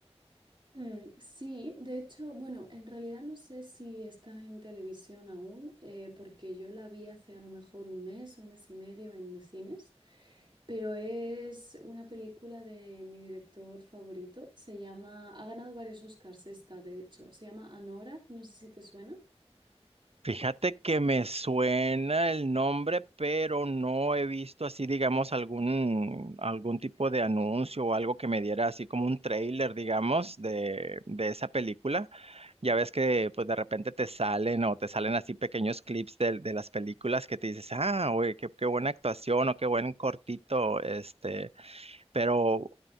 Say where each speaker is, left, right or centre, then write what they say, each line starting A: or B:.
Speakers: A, on the right; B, on the right.
A: Mm, sí, de hecho, bueno, en realidad no sé si está en televisión aún, eh, porque yo la vi hace a lo mejor un mes o mes y medio en cines, pero es una película de mi director favorito. Se llama, ha ganado varios Oscars esta, de hecho. Se llama Anora, no sé si te suena.
B: Fíjate que me suena el nombre, pero no he visto así, digamos, algún, algún tipo de anuncio o algo que me diera así como un trailer, digamos, de, de esa película. Ya ves que pues de repente te salen o te salen así pequeños clips del- de, las películas que te dices, ah, oye, qué, qué buena actuación o qué buen cortito, este, pero